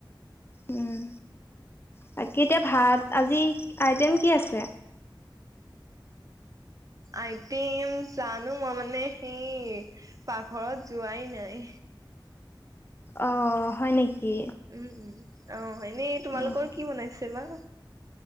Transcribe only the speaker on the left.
উম। বাকী এতিয়া ভাত আজি আইটেম কি আছে?
অ', হয় নেকি?
উম